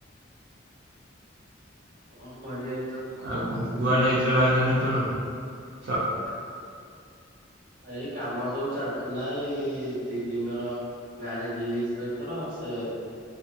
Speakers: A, on the right; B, on the right.
A: କଣ କରିବା ଏ ତ ଖରା
B: ଆଉ କୁ-
A: ତ
B: କୁଆଡେ
A: ଜୀବନ
B: ଯାଇଥିଲେ
A: ନେଇ
B: ଭାଇ
A: ଯିବ
B: ତାହେନେ
A: ଏ ବର୍ଷ
B: ଏତେବେଳୁ?
A: ଟା।
B: ସକାଳେ
A: ଏଇ କାମ ସବୁ ଚାଲିଥିଲା ଏଇ ଦିଦିଙ୍କର ମ୍ୟାରେଜ ହେଇଯାଇଛି ତ ଏଇଥର ସେ